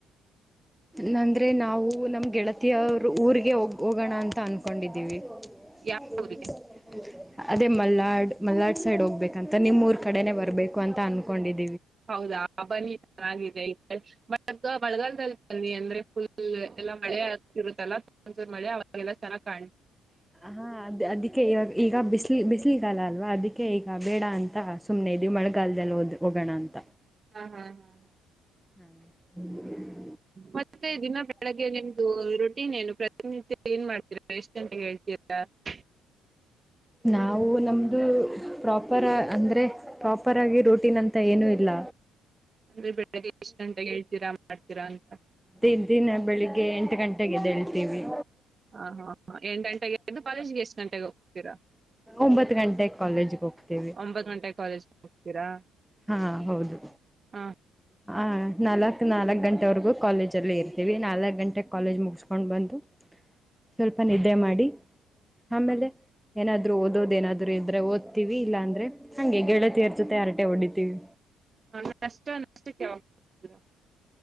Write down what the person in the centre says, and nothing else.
ನಂದ್ರೆ ನಾವು <unintelligible> ವು, ನಮ್ ಗೆಳತಿಯವರ್ ಊರಿಗೆ ಹೋಗ್ ಹೋಗೋಣ ಅಂತ ಅನ್ಕೊಂಡಿದ್ದೀವಿ. ಹ <unintelligible>
ಅದೇ ಮಲ್ನಾಡ್ ಮಲ್ನಾಡ್ ಸೈಡ್ ಹೋಗ್ಬೇಕಂತ. ನಿಮ್ ಊರ್ ಕಡೆನೆ ಬರ್ಬೇಕು ಅಂತ ಅನ್ಕೊಂಡಿದ
ಹಾ ಅದ್ ಅದಕ್ಕೆ ಇವಾಗ ಈಗ ಬಿಸ್ ಬ <unintelligible> ಬಿಸಿಲಿಗಾಲ ಅಲ್ವಾ ಅದಕ್ಕೆ ಈಗ ಬೇಡ ಅಂತ ಸುಮ್ಮನೆ ಇದೀವಿ ಮಳೆಗಾಲದಲ್ಲ ಹೊದ್ ಹೋಗೋಣ ಅಂತ.
ಹಾ <unintelligible>
ನಾವು ನಮ್ದು ಪ್ರಾಪರ್ ಅಂದ್ರೆ, ಪ್ರಾಪರ್ ಆಗಿ ರುಟೀನ್ ಅಂತ ಏನು ಇಲ್ಲ
ದಿ ದಿನ ಬೆಳಿಗ್ಗೆ ಎಂಟು ಗಂಟೆ ೆಗೆ <unintelligible> ಎದಳತೀವಿ.
ಒಂಬತ್ತು ಗಂಟೆಗೆ ಕಾಲೇಜ್ಗೆ ಹೋಗ್ತೀವಿ
ಹಾ ಹೌದು.
ಹಾ ನಾಲಕ್ ನಾಲಕ್ ಗಂಟೆವರೆಗೂ ಕಾಲೇಜಲ್ಲೆ ಇರ್ತೀವಿ, ನಾಲಕ್ ಗಂಟೆಗೆ ಕಾಲೇಜ್ ಮುಗಸ್ಕೊಂಡ್ ಬಂದು ಸ್ವಲ್ಪ ನಿದ್ದೆ ಮಾಡಿ, ಆಮೇಲೆ
ಏನಾದ ಓದೋದ ಏನಾದ್ರು ಇದ್ರೆ ಓದ್ತಿವಿ, ಇಲ್ಲಾಂದ್ರೆ ಹಂಗೆ ಗೆಳತಿಯರ್ ಜೊತೆ ಹರಟೆ ಹೊಡಿತೀವಿ.